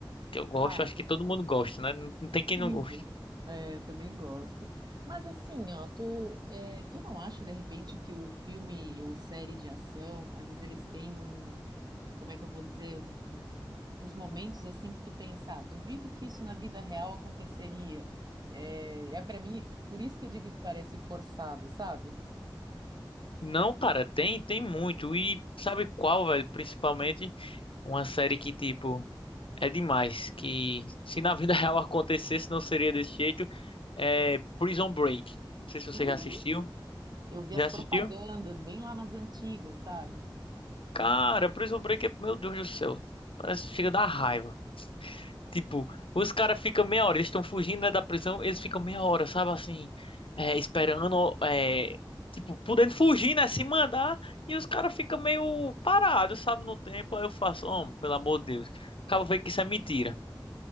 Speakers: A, on the left (about 85°); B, on the right (about 50°).
A: Que eu gosto,
B: Ah,
A: eu acho que todo mundo gosta, né? Não não tem quem
B: Idem.
A: não goste.
B: É, eu também gosto. Mas assim, ó, tu, é, tu não acha de repente que o filme ou série de ação, às vezes eles têm um, como é que eu vou dizer, um- um- uns momentos assim que tu pensa, "Ah, duvido que isso na vida real aconteceria. É, é para mim, por isso que eu digo que parece forçado, sabe?
A: Não, cara, tem, tem muito. E sabe qual, velho, principalmente Uma série que, tipo, é demais. Que se na vida <laughs> real acontecesse, não seria desse jeito. É Prison Break. Não sei se você
B: Uhum.
A: já assistiu.
B: Eu vi
A: Já
B: as
A: assistiu?
B: propagandas bem lá nas antigas, sabe?
A: Cara, Prison Break é. Meu Deus do céu. Parece que chega da raiva. Tipo, os caras ficam meia hora. Eles estão fugindo, né, da prisão. Eles ficam meia hora, sabe assim? É, esperando. É, tipo, podendo fugir, né? Se mandar. E os caras ficam meio parados, sabe? No tempo. Aí eu faço, homem, pelo amor de Deus. Acaba vendo que isso é mentira